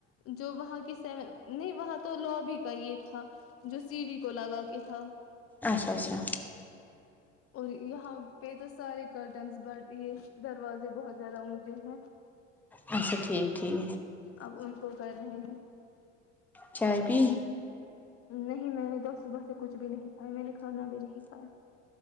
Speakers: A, on the left; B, in the centre.
A: جو وہاں کی سیون نہیں وہاں تو لوبی کا یہ تھا جو سی ڈی کو لگا کے تھا
B: اچھا اچھا
A: اور یہاں پہ تو سارے کرٹنس بٹ یہ دروازے بہت زیادہ اونچے ہیں
B: اچھا ٹھیک ٹھیک
A: اب ان کو کر رہے ہیں
B: چائے پی
A: نہیں میں نے توس صبح سے کچھ بھی نہیں کھا میں نے کھانا بھی نہیں کھایا